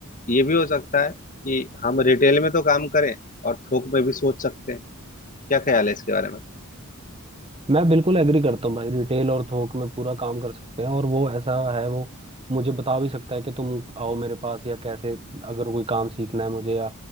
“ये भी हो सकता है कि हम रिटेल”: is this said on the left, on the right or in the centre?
Left